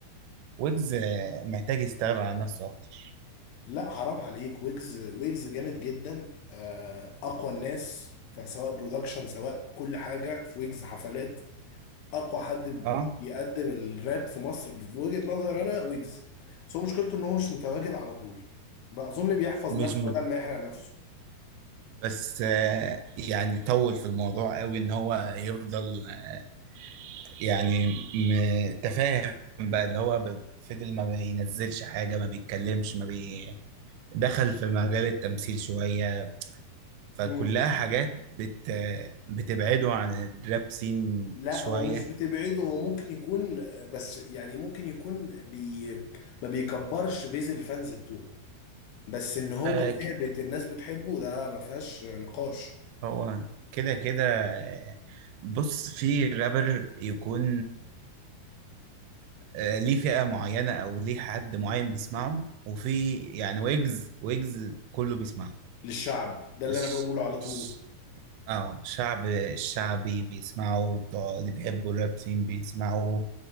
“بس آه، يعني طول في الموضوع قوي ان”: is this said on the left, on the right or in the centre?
Right